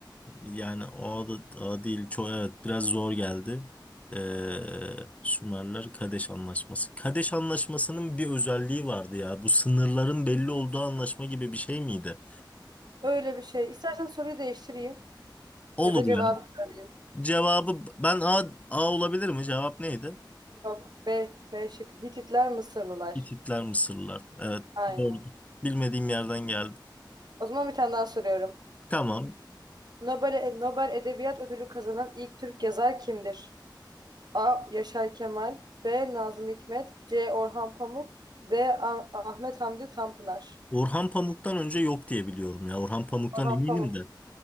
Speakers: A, on the left (about 15°); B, on the right (about 60°).
A: Yani o da o değil. Çok evet biraz zor geldi. Ee, Sümerler Kadeş Anlaşması. Kadeş Anlaşması'nın bir özelliği vardı ya. Bu sınırların belli olduğu anlaşma gibi bir şey miydi?
B: Öyle bir şey. İstersen soruyu değiştireyim.
A: Olur
B: Ya da cevabı
A: ya.
B: söyleyeyim.
A: Cevabı ben A, A olabilir mi? Cevap neydi?
B: Yok. B. B şıkkı. Hititler, Mısırlılar.
A: Hititler Mısırlılar. Evet
B: Aynen.
A: doğru. Bilmediğim yerden geldi.
B: O zaman bir tane daha soruyorum.
A: Tamam.
B: Nobel, Nobel Edebiyat Ödülü kazanan ilk Türk yazar kimdir? A. Yaşar Kemal B. Nazım Hikmet C. Orhan Pamuk D. Ah- Ahmet Hamdi Tanpınar
A: Orhan Pamuk'tan önce yok diye biliyorum ya. Orhan Pamuk'tan
B: Orhan
A: eminim
B: Pamuk
A: de.